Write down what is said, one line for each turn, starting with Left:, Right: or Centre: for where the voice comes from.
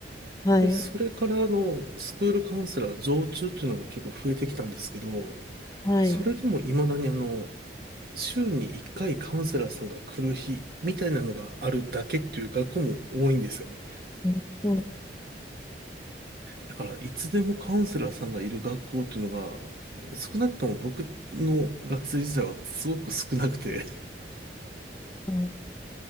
Left: はい。
Right: で、それからあの、スクールカウンセラー常駐っていうのが結構増えてきたんですけど、
Left: はい。
Right: それでも未だにあの、週に1回カウンセラーさんが来る日みたいなのがあるだけっていう学校も多いんですよね。
Left: うんそう
Right: だからいつでもカウンセラーさんがいる学校っていうのが少なくとも僕の学生時代はすごく少なくて、
Left: か